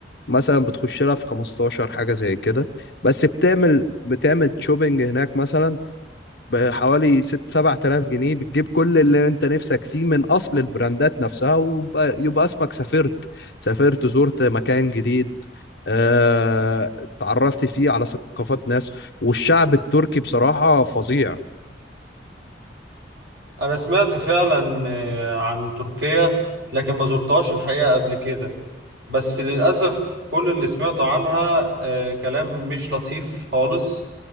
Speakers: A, on the left (about 60°); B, on the right (about 70°).
A: مثلا بتخش لها في 15 حاجه زي كده بس بتعمل بتعمل شوبينج هناك مثلا بحوالي 6 7000 جنيه بتجيب كل اللي انت نفسك فيه من اصل البراندات نفسها ويبقى يبقى اسمك سافرت سافرت زرت مكان جديد آه، اتعرفت فيه على ثقافات ناس والشعب التركي بصراحة فظيع
B: انا سمعت فعلا آه، عن تركيا لكن ما زرتهاش الحقيقة قبل كده بس للأسف كل اللي سمعته عنها آه، كلام مش لطيف خالص